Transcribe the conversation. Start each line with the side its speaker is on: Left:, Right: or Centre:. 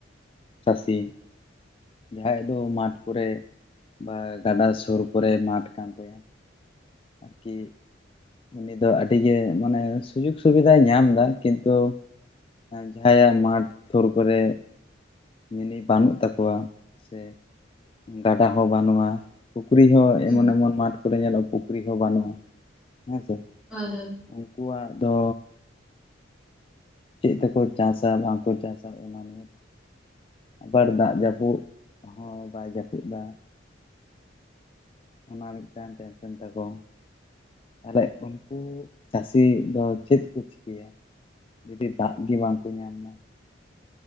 Left: ᱪᱟᱹᱥᱤ ᱡᱟᱦᱟᱸᱭᱟᱜ ᱫᱚ ᱢᱟᱴᱷ ᱠᱚᱨᱮ, ᱵᱟ ᱜᱟᱰᱟ ᱥᱳᱨ ᱠᱚᱨᱮ ᱢᱟᱴᱷ ᱠᱟᱱ ᱛᱟᱭᱟ ᱟᱨᱠᱤ <unintelligible> ᱩᱱᱤ ᱫᱚ ᱟᱹᱰᱤ ᱜᱮ, ᱢᱟᱱᱮ ᱥᱩᱡᱳᱜᱽ ᱥᱩᱵᱤᱫᱷᱟᱭ ᱧᱟᱢ ᱫᱟ, ᱠᱤᱱᱛᱩ ᱡᱟᱦᱟᱸᱭᱟᱜ ᱢᱟᱴᱷ ᱛᱷᱳᱨ ᱠᱚᱨᱮ ᱢᱤᱱᱤ ᱵᱟᱹᱱᱩᱜ ᱛᱟᱠᱚᱣᱟ, ᱥᱮ ᱜᱟᱰᱟ ᱦᱚᱸ ᱵᱟᱹᱱᱩᱜᱼᱟ᱾ ᱯᱩᱠᱷᱨᱤ ᱦᱚᱸ
Centre: ᱦᱩᱸ᱾
Left: ᱮᱢᱚᱱ ᱮᱢᱚᱱ ᱢᱟᱴᱷ ᱠᱚᱨᱮ ᱧᱮᱞᱚᱜᱼᱟ, ᱯᱩᱠᱷᱨᱤ ᱦᱚᱸ ᱵᱟᱹᱱᱩᱜᱼᱟ, ᱦᱮᱸ ᱥᱮ
Centre: ᱦᱳᱭ, ᱦᱳᱭ, ᱾
Left: ᱩᱱᱠᱩ ᱣᱟᱜ ᱫᱚ ᱪᱮᱜ ᱛᱮᱠᱚ ᱪᱟᱥᱟ, ᱵᱟᱝ ᱠᱚ ᱪᱟᱥᱟ, ᱚᱱᱟ ᱱᱤ ᱟᱵᱟᱨ ᱫᱟᱜ ᱡᱟᱹᱯᱩᱫᱽ, ᱦᱚᱸ ᱵᱟᱭ ᱡᱟᱹᱯᱩᱫᱽ ᱫᱟ᱾ ᱚᱱᱟ ᱢᱤᱫ ᱴᱟᱱ ᱴᱮᱱ ᱥᱮᱱ ᱛᱟᱠᱚ᱾ ᱛᱟᱦᱚᱞᱮ ᱩᱱᱠᱩ ᱪᱟᱹᱥᱤ ᱫᱚ, ᱪᱮᱫ ᱠᱚ ᱪᱤᱠᱟᱹᱭᱟ? ᱡᱩᱫᱤ ᱫᱟᱜ ᱜᱮ ᱵᱟᱝ ᱠᱚ ᱧᱟᱢ ᱢᱟ?